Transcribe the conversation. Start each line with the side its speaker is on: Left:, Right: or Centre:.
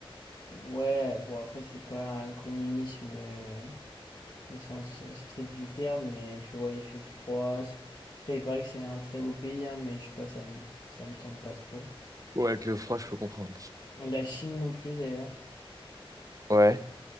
Left: Ouais, bon après c'est pas un communisme euh, au sens euh, strict du terme, mais tu vois il fait froid. c'est- Après il paraît que c'est un très beau pays, hein, mais je sais pas, ça me ça me tente pas trop.
Right: Ouais, avec le froid, je peux comprendre.
Left: La Chine non plus d'ailleurs,
Right: Ouais.